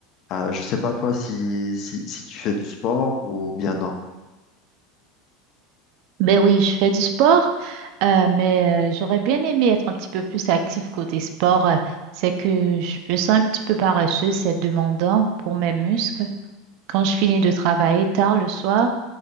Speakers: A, on the left; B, on the right.
A: Euh, je sais pas toi si, si, si tu fais du sport ou bien non.
B: Ben oui, je fais du sport, euh, mais euh, j'aurais bien aimé être un petit peu plus active côté sport. Euh, C'est que je me sens un petit peu paresseuse, c'est demandant pour mes muscles. Quand je finis de travailler tard le soir,